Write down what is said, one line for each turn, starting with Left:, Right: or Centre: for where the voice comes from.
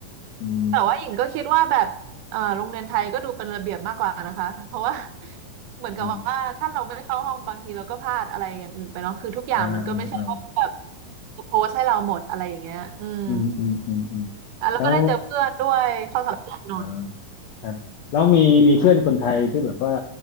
Left: อืม
Right: แต่ว่าหญิงก็คิดว่าแบบเอ่อโรงเรียนไทยก็ดูเป็นระเบียบมากกว่านะคะเพราะว่า <laughs> เหมือนกับว่าถ้าเราไม่เข้าห้องบางทีเราก็พลาดอะไรอย่างอื่นไปเนาะคือทุกอย่างมันก็ไม่ใช่ว่าแบบ
Left: อืมอ่าอ่าอ่า
Right: โพสให้เราหมดอะไรอย่างเงี้ยอืม
Left: อืมอืมอืมอืม
Right: อ่ะแล้วก็ได้เจอเพื่อนด้วยเข้าสังคมหน่อย
Left: แล้วอ่า ครับแล้วมีมีเพื่อนคนไทยที่แบบว่า